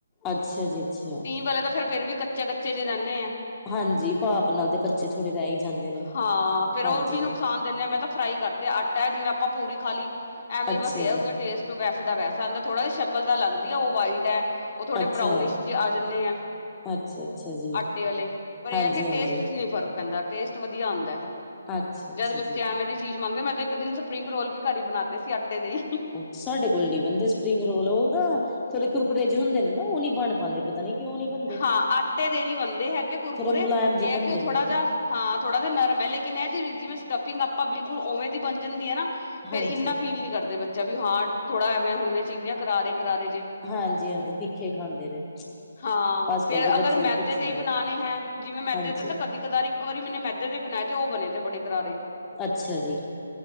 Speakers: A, on the left; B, on the left.
A: ਅੱਛਾ ਜੀ ਅੱਛਾ
B: ਸਟੀਮ ਵਾਲੇ ਤਾਂ ਫਿਰ, ਫੇਰ ਵੀ ਕੱਚੇ-ਕੱਚੇ ਜੇਹੇ ਰਹਿੰਦੇ ਆ।
A: ਹਾਂਜੀ ਭਾਪ ਨਾਲ ਦੇ ਕੱਚੇ ਥੋੜੇ ਰਹਿ ਹੀ ਜਾਂਦੇ ਨੇ
B: ਹਾਂ, ਫਿਰ
A: ਹਾਂਜੀ
B: ਉਹ ਵੀ ਨੁਕਸਾਨ ਦਿਨੇਂ ਆ, ਮੈਂ ਤਾਂ ਫਰਾਈ ਕਰ। ਤੇ ਆਟਾ ਹੈ, ਜਿਵੇਂ ਆਪਾਂ ਪੂਰੀ ਖਾ ਲੀ। ਐਵੇਂ
A: ਅੱਛਾ
B: ਬਸ ਹੈ,
A: ਜੀ
B: ਉਹਦਾ ਟੇਸਟ ਵੈਸੇ ਦਾ ਵੈਸਾ ਆਂਦਾ, ਥੋੜ੍ਹਾ ਜਿਹਾ ਸ਼ਕਲ ਤਾਂ ਲੱਗਦੀ ਹੈ, ਉਹ ਵਾਈਟ ਹੈ। ਉਹ ਥੋੜੇ
A: ਅੱਛਾ
B: ਬਰਾਊਨਿਸ਼ ਚ ਆ ਜਾਂਦੇ ਆ।
A: ਅੱਛਾ ਅੱਛਾ ਜੀ
B: ਆਟੇ ਵਾਲੇ, ਪਰ
A: ਹਾਂਜੀ
B: ਇਹ ਹੈ ਕਿ
A: ਹਾਂਜੀ
B: ਟੇਸਟ ਚ ਨੀ ਫ਼ਰਕ। ਪੈਂਦਾ, ਟੇਸਟ ਵਧੀਆ ਆਉਦੈ,
A: ਅੱਛਾ ਅੱਛਾ
B: ਜਦ ਬੱਚੇ
A: ਜੀ
B: ਐਵੇਂ ਦੀ ਚੀਜ਼ ਮੰਗੇ, ਮੈਂ ਤਾਂ ਇੱਕ ਦਿਨ। ਸਪਰਿੰਗ ਰੋਲ ਵੀ ਘਰ ਈ ਬਣਾਤੇ ਸੀ, ਆਟੇ ਦੇ ਹੀ।
A: ਸਾਡੇ ਕੋਲ ਨੀ ਬਣਦੇ ਸਪਰਿੰਗ ਰੋਲ, ਉਹ ਨਾ ਥੋੜੇ ਕੁਰਕੁਰੇ ਜ ਹੁੰਦੇ ਨੇ ਨਾ, ਉਹ ਨੀ ਬਣ ਪਾਉਂਦੇ। ਤਾਂ ਨੀ ਕਿਉਂ ਨੀ ਬ
B: ਹਾਂ ਆਟੇ ਦੇ ਨੀ, ਬਨਦੇ ਹੈਗੇ ਕੁਰਕੁਰੇ,
A: ਥੋੜੇ ਮੁਲਾਇਮ ਜਿਹੇ
B: ਏਹ
A: ਬਣਦੇ
B: ਐ ਕਿ ਓ ਥੋੜਾ
A: ਨੇ
B: ਜੇਹਾ ਹਾਂ, ਥੋੜਾ ਜੇਆ ਨਰਮ ਐ, ਲੇਕਿਨ ਏਹ ਜੇ, ਜਿਵੇਂ ਸਟਫਿੰਗ ਆਪਾਂ ਬਿਲਕੁਲ ਉਵੇਂ ਦੀ ਬਣ ਜਾਂਦੀ ਐ ਨਾ ਫੇਰ,
A: ਹਾਂਜੀ
B: ਇੰਨਾ ਫੀਲ ਨੀ, ਕਰਦੇ ਬੱਚਾ ਵੀ ਹਾਂ ਥੋੜ੍ਹਾ, ਐਵੇਂ ਹੋਨੇ ਚਾਈਦੇ ਐ, ਕਰਾਰੇ -ਕਰਾਰੇ ਜੇ।
A: ਹਾਂਜੀ- ਹਾਂਜੀ, ਤਿੱਖੇ ਖਾਂਦੇ ਨੇ।
B: ਹਾਂ,
A: ਅੱਜ
B: ਫੇਰ
A: ਕੱਲ ਦੇ ਬੱਚੇ
B: ਅਗਰ ਮੈਦੇ
A: ਵੀ ਪੁੱਛੋ
B: ਦੇ ਈ
A: ਨਾ
B: ਬਨਾਨੇ ਹੈ, ਜਿਵੇਂ ਮੈਦੇ
A: ਹਾਂਜੀ
B: ਦੇ ਤਾਂ ਕਦੀ ਕਦਾਰ ਈ ਇੱਕ ਵਾਰੀ ਮੈਂਨੇ, ਮੈਦੇ ਦੇ ਬਨਾਏ, ਤੇ ਓ ਬਨੇ ਤੇ ਬੜੇ ਕਰਾਰੇ।
A: ਅੱਛਾ ਜੀ